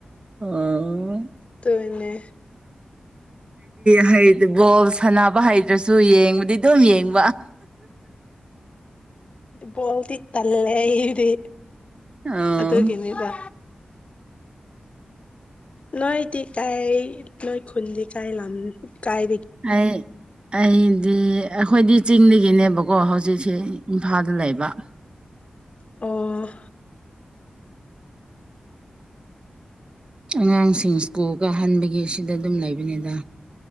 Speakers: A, on the right; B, on the left.
A: ꯑꯣ
B: ꯇꯅꯦ
A: ꯍꯥꯏꯗꯤ ꯕꯣꯜ ꯁꯥꯟꯅꯕ ꯍꯩꯗ꯭ꯔꯁꯨ ꯌꯦꯡꯕꯗꯤ ꯑꯗꯨꯝ ꯌꯦꯡꯕ
B: ꯕꯣꯜꯗꯤꯤ ꯇꯜꯂꯦ ꯑꯩꯗꯤ
A: ꯑꯣ
B: ꯑꯗꯨꯒꯤꯅꯤ ꯗ ꯅꯣꯏꯗꯤ ꯀꯥꯏ ꯅꯣꯏ ꯈꯨꯗꯤ ꯀꯥꯏ ꯂꯝ ꯀꯥꯏ
A: ꯍꯥꯏ ꯑꯩꯗꯤ ꯑꯩꯈꯣꯏꯗꯤ ꯆꯤꯡꯗꯒꯤꯅꯦꯕꯀꯣ ꯍꯧꯖꯤꯛꯁꯦ ꯏꯝꯐꯥꯜꯗ ꯂꯩꯕ
B: ꯑꯣ
A: ꯑꯉꯥꯡꯁꯤꯡ ꯁ꯭ꯀꯨꯜꯒ ꯍꯟꯕꯒꯤ ꯑꯁꯤꯗ ꯑꯗꯨꯝ ꯂꯩꯕꯅꯤꯗ